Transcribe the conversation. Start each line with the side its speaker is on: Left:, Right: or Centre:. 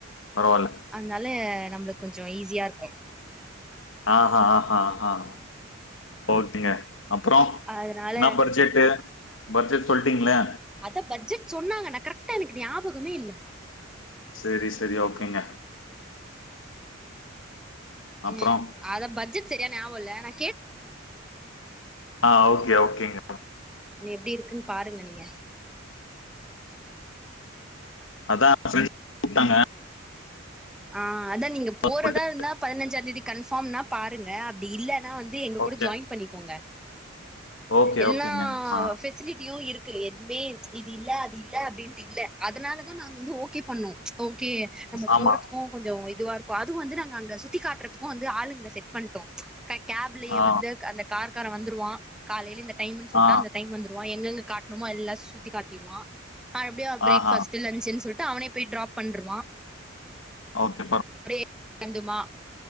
Left: பரவால்ல
Centre: அதனால அ நம்மளுக்கு கொஞ்சம் ஈஸியா இருக்கும்
Left: ஆஹ்ஹ ஆஹஹ ஆஹ் ஓகேங்க அப்புறம்
Centre: அதனால
Left: என்ன பட்ஜெட்டு பட்ஜெட் சொல்லிட்டிங்களே
Centre: அத பட்ஜெட் சொன்னாங்க ந கரெக்டா எனக்குஞாபம் முகமே இல்
Left: செரி செரி ஓகேங்க அப்றோ
Centre: ம் அத பஜ்ட் சரிய ஞாப இல்ல என
Left: ஆ ஓகே ஓகேங்க
Centre: எப்டி இருக்குன்னு பாருங்க நீங்க
Left: அதான் அ கூப்பிட்டாங்க
Centre: ஆ அதான் நீங்க போறதா
Left: சொல்ட்டு
Centre: இருந்தா பதினஞ்சா தேதிக்கு கன்ஃபார்ம்னா பாருங்க அப்படி இல்லன் னா வந்து எங்க கூட
Left: ஓகே
Centre: ஜாயின் பண்ணிக்கோங்க
Left: ஓகே
Centre: எல்லா
Left: ஓகேங்க ஆ
Centre: பெஃசிலிட்டியும் இருக் க்கு எதுவுமே இது இல்ல அது இல்ல அப்டின்னுட்டு இல்ல அதனாலதான் நாங்க வந்து ஓகே பண்ணோம் ஓகே நம்ம
Left: ஆமா
Centre: போறதுக்கும் கொஞ்சம் இதுவா இருக்கு அது வந்து நாங்க அங்க சுத்தி காட்டுறதுக்கும் வந்து ஆளுங்களை செட் பண்ணிட் <inaudible> கேப்லயே
Left: ஆ
Centre: வந்து அந்த கார்க க்கார வந்துருவான் காலையில இந்த டைம்னு சொல்லி
Left: ஆ
Centre: அந்தடைம் வந்துருவ எங்க காட்ட இம்மா எல்லாம் சுத்தி காட்டிடுவான் மறுபடியும் பிரேக்
Left: ஆஹா
Centre: ஸ்ட்லன்ச்ன்னு சொல்லட் அவனே போய் ட்ராப் பண்ருவான்
Left: ஓகே பா
Centre: நடறந்துமா